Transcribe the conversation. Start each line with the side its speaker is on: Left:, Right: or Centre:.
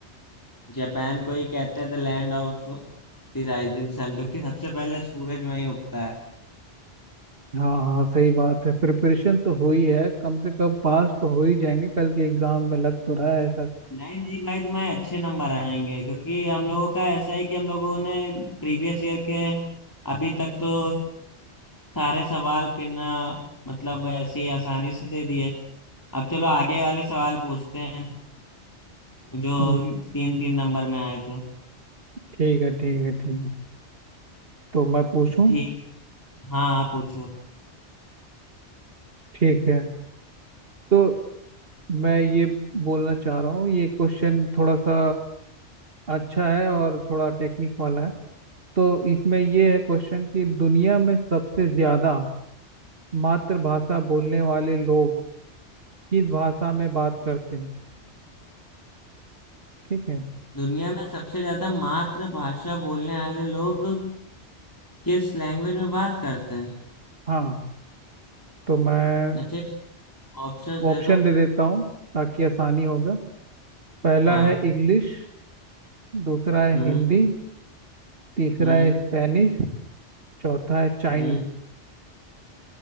Left: जापान को ही कहते हैं the land of the rising sun क्योंकि सबसे पहले सूरज वहीं उगता है
Right: हाँ हाँ सही बात है प्रिपरेशन तो हुई है कम से कम पास तो हो ही जाएंगे कल के एग्जाम में लग तो रहा है ऐसा
Left: नहीं नहीं भाई तुम्हारे अच्छे नंबर आएंगे क्योंकि हम लोगों का ऐसा है कि हम लोगों ने प्रीवियस ईयर के अभी तक तो सारे सवाल पिना मतलब ऐसे ही आसानी से दे दिए अब चलो आगे वाले सवाल पूछते हैं जो
Right: हम्म,
Left: तीन तीन नंबर में आए थे
Right: ठीक है ठीक है ठीक है तो मैं पूछूं
Left: ठीक हाँ आप पूछो
Right: ठीक है तो मैं ये बोलना चाह रहा हूँ ये क्वेश्चन थोड़ा सा अच्छा है और थोड़ा टेक्निक वाला है तो इसमें ये है क्वेश्चन कि दुनिया में सबसे ज्यादा मातृभाषा बोलने वाले लोग किस भाषा में बात करते हैं ठीक है
Left: दुनिया में सबसे ज्यादा मातृभाषा बोलने वाले लोग किस लैंग्वेज में बात करते हैं
Right: हाँ तो मैं
Left: अच्छे ऑप्शंस
Right: ऑप्शन
Left: दे दो
Right: दे देता हूँ ताकि आसानी होगा पहला
Left: हाँ
Right: है इंग्लिश दूसरा है
Left: हम्म
Right: हिंदी तीसरा
Left: हम्म
Right: है स्पेनिश चौथा है चाइनीज
Left: हम्म